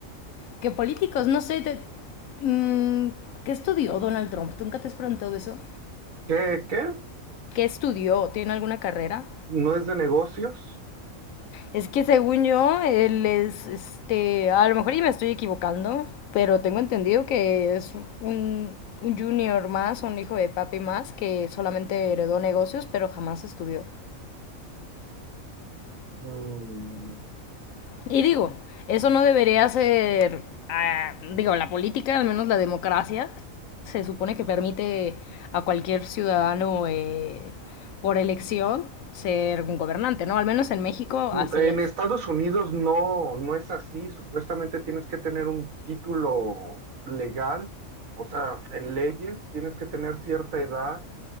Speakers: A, on the left; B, on the right.
A: que políticos. No sé, te- mm, ¿qué estudió Donald Trump? ¿Tú nunca te has preguntado eso?
B: ¿Qué, qué?
A: ¿Qué estudió? ¿Tiene alguna carrera?
B: no es de negocios.
A: Es que según yo, él es, este, a lo mejor y me estoy equivocando, pero tengo entendido que es un, un junior más, un hijo de papi más, que solamente heredó negocios, pero jamás estudió.
B: Mm,
A: Y digo, eso no debería ser, ah, digo, la política, al menos la democracia, se supone que permite a cualquier ciudadano eh, por elección ser un gobernante, ¿no? Al menos en México
B: En
A: así es.
B: Estados Unidos no, no es así. Supuestamente tienes que tener un título legal, o sea, en leyes, tienes que tener cierta edad.